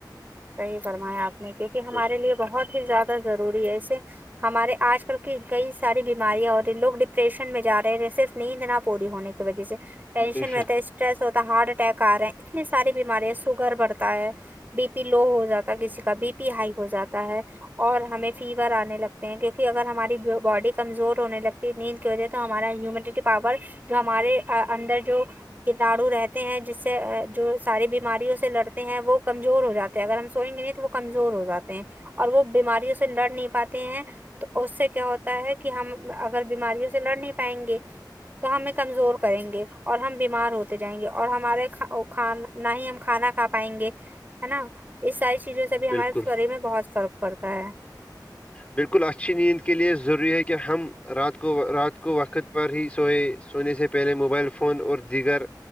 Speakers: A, on the right; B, on the left.
A: صحیح فرمایا آپ نے کیونکہ ہمارے
B: بالکل
A: لیے بہت ہی زیادہ ضروری ہے ایے ہمارے آج کل کی کئی ساری بیماریاں ہو رہی ہیں لوگ ڈپریشن میں جا رہے ہیں صرف نیند نہ پوری ہونے کی کی وجہ سے ٹینشن
B: بے شک
A: رہتا ہے اسٹریس ہوتا ہے ہارٹ اٹیک آ رہے ہیں اتنی ساری بیماری ہے سوگر بڑتا ہے بی لو ہو جاتا ہے کسی کا بی پی ہائی ہو جاتا ہے اور ہمیں فیور آنے لگتے ہیں کیونکہ اگر ہماری باڈی کمزور ہونے لگتی نیند کی وجہ تو ہمارا ہیومڈٹی پاور جو ہمارے اندر جو کتاڑو رہتے ہیں جس سے جو ساری بیماریوں سے لڑتے ہیں وہ کمزور ہو جاتے اگر ہم سوئیں گے نہیں تو وہ کمزور ہو جاتے ہیں اور وہ بیماریوں سے لڑ نہیں پاتے ہیں تو اس سے کیا ہوتا ہے کہ ہم اگر بیماریوں سے لڑ نہیں پائیں گے تو ہمیں کمزور کریں گے اور ہم بیمار ہوتے جائیں گے اور ہمارے کھان نہ ہی ہم کھانا کھا پائیں گے ہے نا اس ساری چیزوں سے بھی ہمارے
B: بالکل
A: شریر میں بہت فرق پڑتا ہے
B: بالکل اچھی نیند کے لیے ضروری ہے کہ ہم رات کو رات کو وقت پر ہی سوئے سونے سے پہلے موبائل فون اور دیگر